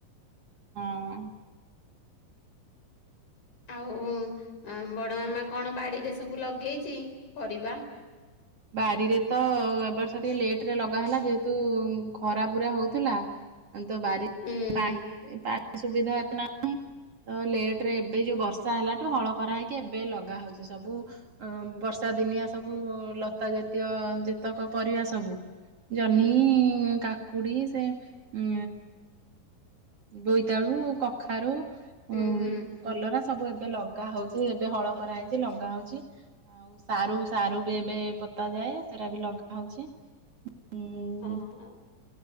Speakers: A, on the right; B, on the left.
A: ହଁ।
B: ଆଉ ଅଁ ବୁଡ ମାମା କଣ ବାଡ଼ିରେ ସବୁ ଲଗେଇଚି ପରିବା?
A: ବାରିରେ ତ ଏ ବର୍ଷ ଟିକେ ଲେଟ୍ ରେ ଲଗା ହେଲା ଯେହେତୁ ଖରା ପୁରା ହଉଥୁଲା। ଅଁ ତ ବାରି
B: ହୁଁ
A: ପାଣି
B: ହୁଁ
A: ଏ ପାଣି ସୁବିଧା ଏତେ ନାଇଁ। ତ ଲେଟ୍ ରେ ଏବେ ଯୋଉ ବର୍ଷା ହେଲାଠୁ ହଳ କରା ହେଇକି ଏବେ ଲଗା ହଉଚି ସବୁ। ଅଁ ବର୍ଷା ଦିନିଆ ସବୁ ଲତା ଜାତୀୟ ଯେତକ ପରିବା ସବୁ। ଜହ୍ନି କାକୁଡ଼ି ସେ ଉଁ ବୋଇତାଳୁ କଖାରୁ
B: ହୁଁ
A: ଉଁ
B: ହୁଁ
A: କଲରା ସବୁ ଏବେ ଲଗା ହଉଚି ଏବେ ହଳ କରାହେଇଚି ଲଗା ହଉଚି। ଆଉ ସାରୁ ସାରୁ ବି ଏବେ ପୋତା ଯାଏ ସେରା ବି ଲଗା ହଉଚି ଉଁ
B: ହଁ।